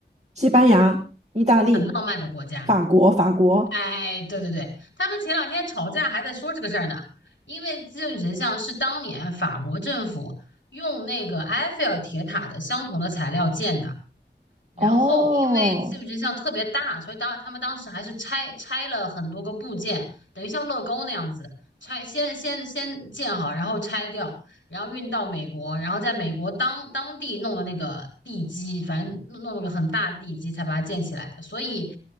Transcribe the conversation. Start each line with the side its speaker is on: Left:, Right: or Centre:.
Right: 西班牙、意大利、
Left: 很浪漫的国家。
Right: 法国、法国。
Left: 哎，对对对，他们前两天吵架还在说这个事儿呢，因为自由女神像是当年法国政府用那个埃菲尔铁塔的相同的材料建的。然后因为技术真像特别大，
Right: 哦
Left: 所以当他们当时还是拆拆了很多个部件，等于像乐高那样子拆，先先先建好，然后拆掉，然后运到美国，然后在美国当当地弄了那个地基，反正弄弄了个很大的地基才把它建起来的。所以